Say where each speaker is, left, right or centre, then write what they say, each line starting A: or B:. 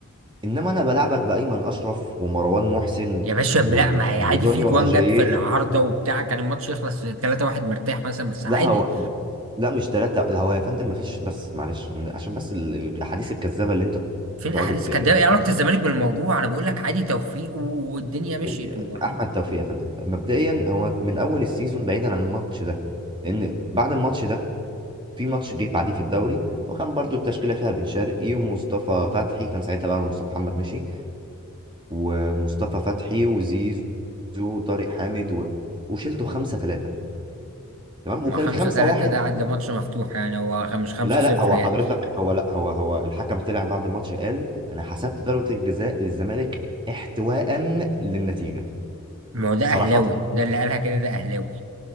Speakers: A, on the right; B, on the right.
A: انما انا بلعبك بايمن اشرف ومروان محسن
B: يا باشا لا ما هي
A: وجونيور
B: عادي في جوان
A: <laughs> اجاييه
B: جت في العارضة وبتاع كان الماتش يخلص 3-1 مرتاح مثلا بس عادي
A: لا هو ب- لا مش ثلاثه لا هو يا فندم ما فيش بس معلش عشان بس ال- الاحاديث الكذابه اللي انتوا
B: فين
A: بتقعدوا
B: احاديث
A: ت...
B: كانت ايه علاقة الزمالك بالموضوع انا بقول لك عادي توفيق والدنيا مشيت
A: آه،
B: وعادي
A: احمد توفيق يا فندم مبدئيا هو من اول السيزون بعيدا عن الماتش ده لان بعد الماتش ده في ماتش جه بعديه في الدوري وكان برضو التشكيلة فيها بن شرقي ومصطفى فتحي كان ساعتها بقى مصطفى محمد مشي ومصطفى فتحي وزيزو وطارق حامد و... وشلته خمسة ثلاثة تمام
B: ما
A: وكانت
B: 5-3
A: خمسة واحد
B: ده عاد ده ماتش مفتوح يعني هو خ- مش 5-0
A: لا لا هو
B: يعني
A: حضرتك هو لا هو هو الحكم طلع بعد الماتش قال أنا حسبت ضربة الجزاء للزمالك احتواء للنتيجة
B: ما هو ده
A: صراحة
B: اهلاوي ده اللي قالها كده ده اهلاوي